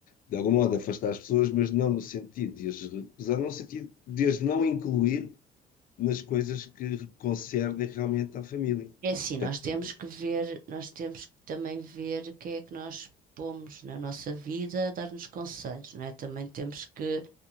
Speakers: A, on the left; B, on the right.
A: de algum modo afastar as pessoas, mas não no sentido de as recusar, no sentido de as não incluir nas coisas que concernem realmente à família.
B: É assim, nós
A: Portanto,
B: temos que ver, nós temos que também ver quem é que nós pomos na nossa vida a dar-nos conselhos, não é? Também temos que,